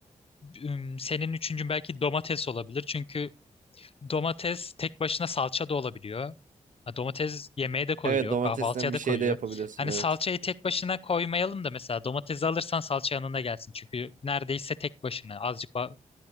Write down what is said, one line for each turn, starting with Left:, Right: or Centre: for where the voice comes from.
Left: Üm, Senin üçüncün belki domates olabilir. Çünkü Domates tek başına salça da olabiliyor. Ha, Domates yemeğe de koyuluyor,
Right: Evet domatesten
Left: kahvaltıya
Right: bir
Left: da
Right: şey
Left: koyuluyor.
Right: de yapabilirsin
Left: Hani
Right: evet.
Left: salçayı tek başına koymayalım da mesela domatesi alırsan salça yanında gelsin. Çünkü neredeyse tek başına. Azıcık ba-